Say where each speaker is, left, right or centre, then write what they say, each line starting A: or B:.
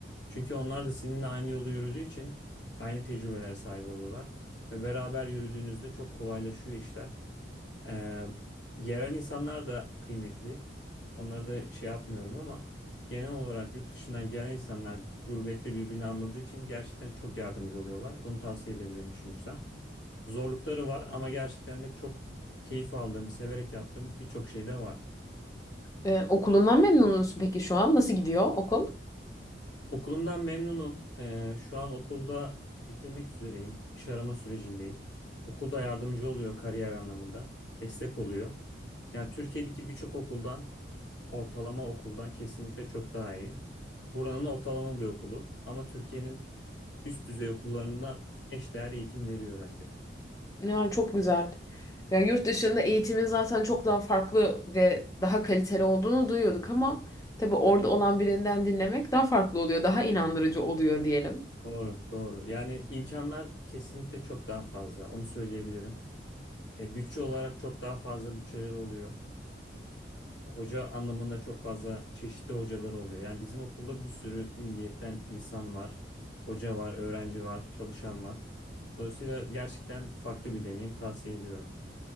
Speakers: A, on the left; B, on the left.
A: Çünkü onlar da seninle aynı yolu yürüdüğü için aynı tecrübelere sahip oluyorlar. Ve beraber yürüdüğünüzde çok kolaylaşıyor işler. Ee, yerel insanlar da kıymetli. Onları da şey yapmıyorum ama genel olarak yurt dışından gelen insanlar gurbette birbirini anladığı için gerçekten çok yardımcı oluyorlar. Bunu tavsiye edebilirim düşünürsen. Zorlukları var ama gerçekten de çok keyif aldığım, severek yaptığım birçok şey de var.
B: Ee, okulundan memnun musun peki şu an? Nasıl gidiyor okul?
A: Okulumdan memnunum. Ee, şu an okulda bitirmek üzereyim. İş arama sürecindeyim. Okulda yardımcı oluyor kariyer anlamında. Destek oluyor. Yani Türkiye'deki birçok okuldan Ortalama okuldan kesinlikle çok daha iyi. Buranın ortalama bir okulu ama Türkiye'nin üst düzey okullarına eşdeğer eğitim veriyor bence.
B: Ya çok güzel. Ya yurt dışında eğitimin zaten çok daha farklı ve daha kaliteli olduğunu duyuyorduk ama tabii orada olan birinden dinlemek daha farklı oluyor, daha inandırıcı oluyor diyelim.
A: Doğru, doğru. Yani imkanlar kesinlikle çok daha fazla. Onu söyleyebilirim. E, bütçe olarak çok daha fazla bütçeleri oluyor. Hoca anlamında çok fazla çeşitli hocaları oluyor. Yani bizim okulda bir sürü milliyetten insan var. Hoca var, öğrenci var, çalışan var. Dolayısıyla gerçekten farklı bir deneyim tavsiye ediyorum.